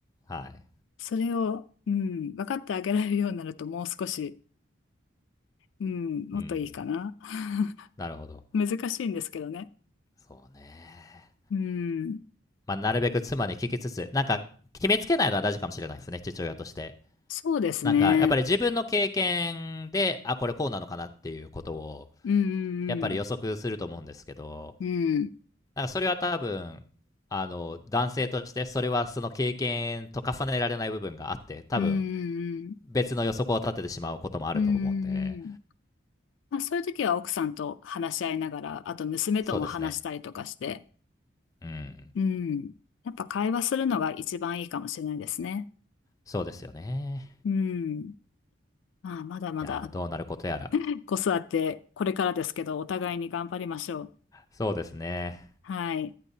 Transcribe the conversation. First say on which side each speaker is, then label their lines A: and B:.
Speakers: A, on the left; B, on the left.
A: はい
B: それを、うん、分かってあげられるようになるともう少し、うん、もっといいかな。
A: うんうんうん
B: <laughs>
A: なるほど。
B: 難しいんですけどね。
A: そうね。
B: うん、
A: まあ、なるべく妻に聞きつつ、なんか、決めつけないのは大事かもしれないですね、父親として。
B: そうですね。
A: なんか、やっぱり自分の経験で、あ、これこうなのかなっていうことを、
B: うん
A: やっぱり予測すると思うんですけど、
B: うんうん。
A: なんかそれは多分、あの、男性として、それはその経験と重ねられない部分があって、多分、
B: うん。うん
A: 別の予測を立ててしまうこともあると思うんで、
B: うんうん。うんうんうん。まあそういう時は奥さんと話し合いながら、あと娘とも話したりとかして、
A: そうですね。うん。
B: うん。やっぱ会話するのが一番いいかもしれないですね。
A: そうですよね。
B: うん。まあ、まだまだ
A: いやーどうなることやら。
B: 子育てこれからですけど、お互いに頑張りましょう。
A: そうですね。
B: はい。